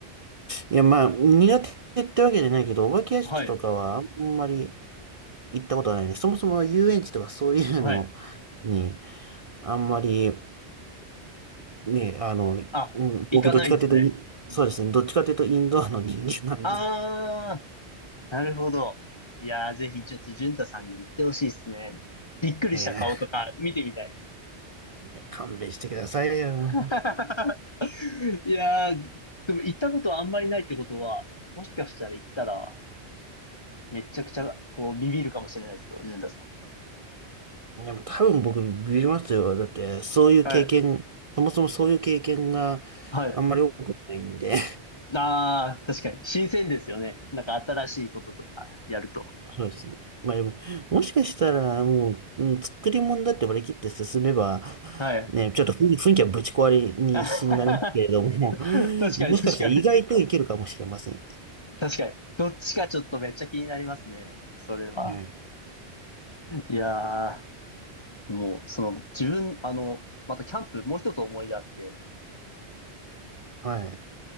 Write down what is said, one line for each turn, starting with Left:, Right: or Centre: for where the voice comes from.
Right: いや、まあ、苦手ってわけじゃないけど、お化け屋敷とかはあんまり
Left: はい。
Right: 行ったことないね。そもそも遊園地とかそういうのに、
Left: はい。
Right: あんまり、ね、あの、
Left: あ、
Right: うん、
Left: 行かないんですね。
Right: 僕どっちかというとイン、そうですね、どっちかというとインドアの人間なんで、
Left: ああ、なるほど。いやー、ぜひちょっと淳太さんに言ってほしいですね。びっくりした顔とか見てみたい。
Right: ねえ、勘弁してくださいよ。
Left: <laughs> いやー、でも行ったことはあんまりないってことは、もしかしたら行ったら、めちゃくちゃ、こう、ビビるかもしれないですよ、淳太さん。
Right: いや、もう多分僕ビビりますよ。だって、そういう経験、
Left: はい。
Right: そもそもそういう経験が
Left: はい。
Right: あんまり多くないんで。
Left: ああ、確かに。新鮮ですよね。なんか新しいこととかやると。
Right: <laughs> そうですね。まあでも、もしかしたら、もう、うん作り物だって割り切って進めば、
Left: はい。
Right: ね、ちょっと雰囲雰囲気はぶち壊れにしになりますけれども、
Left: <laughs> 確
Right: <laughs>
Left: かに、確か
Right: もしかしたら意外といけるかもしれませんよ
Left: に。確かに。どっちかちょっとめっちゃ気になりますね。それは。
Right: ね。
Left: いやー。もう、その、自分、あの、またキャンプ、もう一つ思い出あって、
Right: はい。はい。